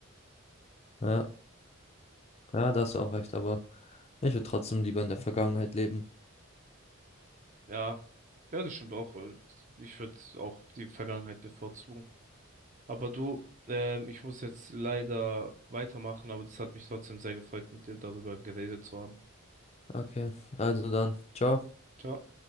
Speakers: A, on the left; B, on the right.
A: Ja, ja, da hast du auch recht, aber ich würde trotzdem lieber in der Vergangenheit leben.
B: Ja, ja, das stimmt auch. weil Ich würde auch die Vergangenheit bevorzugen. Aber du, ähm, ich muss jetzt leider weitermachen, aber das hat mich trotzdem sehr gefreut, mit dir darüber geredet zu haben.
A: Okay, also dann, ciao.
B: Ciao.